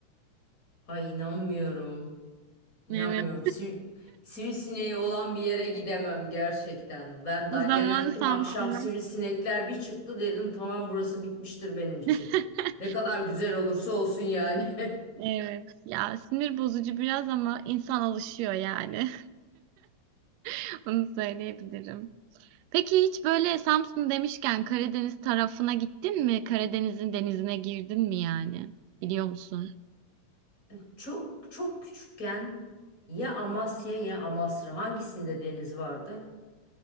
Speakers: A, on the left; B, on the right.
A: Ay inanmıyorum. İnanmıyorum.
B: Evet.
A: Sir, sivrisineği olan bir yere gidemem gerçekten. Ben
B: O
A: Dalyan'a
B: zaman
A: gittim.
B: Samsun'a.
A: Akşam sivrisinekler bir çıktı dedim tamam burası bitmiştir benim için.
B: <laughs>
A: Ne kadar güzel olursa olsun yani.
B: Evet. Ya sinir bozucu biraz ama insan alışıyor yani. <laughs> Onu söyleyebilirim. Peki hiç böyle Samsun demişken Karadeniz tarafına gittin mi? Karadeniz'in denizine girdin mi yani? Biliyor musun?
A: <laughs> Çok çok küçükken ya Amasya ya Amasra hangisinde deniz vardı?